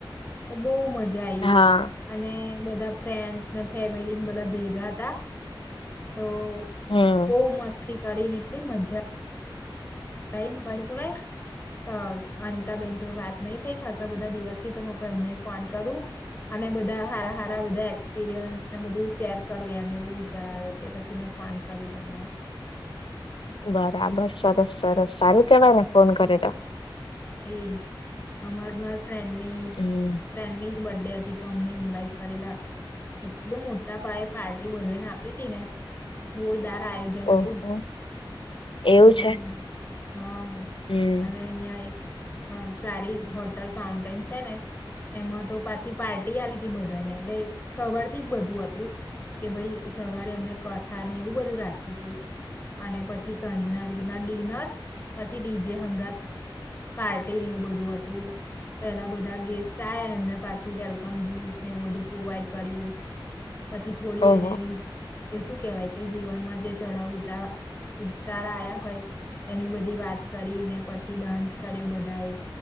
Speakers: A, on the left (about 20°); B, on the left (about 80°).
A: તો બહુ મજા આઈ
B: હા
A: અને બધા ફ્રેન્ડસ ને ફેમિલીને બધા ભેગા તા તો
B: હમ
A: બહુ મસ્તી કરીને એટલી મજા કઈન પણકુને અહ અનિતા બેેન જોડું વાત નહી થઈ ખાસ બધા દિવસથી તો એમને ફોન કરું અને બધા હારા સારા બધા એક્સપિરિયન્સ ને બધું શેર કરું એમ એવું વિચાર્યું એટલે પછી મેં ફોન કર્યું તમને.
B: બરાબર સરસ સરસ સારું કેવાય ને ફોન કર્યું તો.
A: એજ અમાર માર ફ્રેન્ડની
B: હમ
A: ફ્રેન્ડની બર્થડે હતી તો અમને ઇન્વાઈટ કરેલા એટલું મોટા પાયે પાર્ટી બધેને આપી તી ને જોરદાર રા આયોજન
B: ઓહો
A: હતું
B: એવું
A: હમ્મ.
B: છે
A: હા
B: હમ
A: અને અહિયાં એક અહ સારી હોટલ ફાઉન્ટેન છે ને એમાં તો પાછી પાર્ટી આલી હતી બધાને એટલે સવાર થી જ બધું હતું. કે ભઈ સવારે એમને કથા ને એવું બધું રાખ્યું તું અને પછી સંજનાવી રીતના ડીનર પછી ડીજે હંગાત પાર્ટીને એવું બધું હતું. પેલા બધા ગેસ્ટ આયા એમને પાછું વેલકમ જયુસ ને એવું બધું પ્રોવાઈડ કર્યું પછી થોડી
B: ઓહો
A: એને એની એ શું કેહેવાય કે જીવનમાં જે ચઢાવ ઉતા ઉતાર આયા હોય એની બધી વાત કરીને પછી ડાન્સ કર્યું બધા એ